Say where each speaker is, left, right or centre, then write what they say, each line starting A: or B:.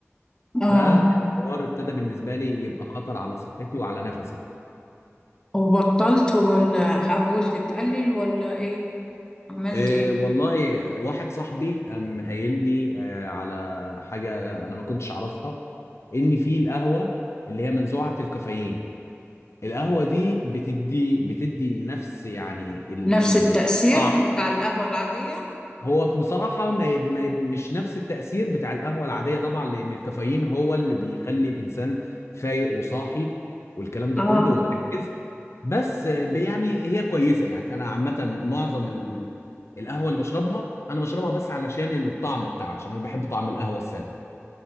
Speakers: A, on the left (about 15°); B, on the left (about 65°).
A: اه
B: فالحوار ابتدى بالنسبه لي يبقى خطر على صحتي وعلى نفسي
A: وبطلت ولا حاولت تقلل ولا ايه عملت
B: إيه
A: ايه
B: والله واحد صاحبي قام قايل لي آه، على حاجة أنا ما كنتش أعرفها إن في القهوة اللي هي منزوعة الكافيين القهوة دي بتدي بتدي نفس يعني ال-
A: نفس التأثير
B: الطعم
A: بتاع القهوة العادية
B: هو بصراحة ما ما مش نفس التأثير بتاع القهوة العادية طبعا لأن الكافيين هو اللي بيخلي الإنسان فايق وصاحي والكلام ده
A: اه
B: كله ومركز بس ب- يعني هي كويسة يعني أنا عامة معظم ال- ال- القهوة اللي بشربها أنا بشربها بس علشان الطعم بتاعها عشان أنا بحب طعم القهوة السادة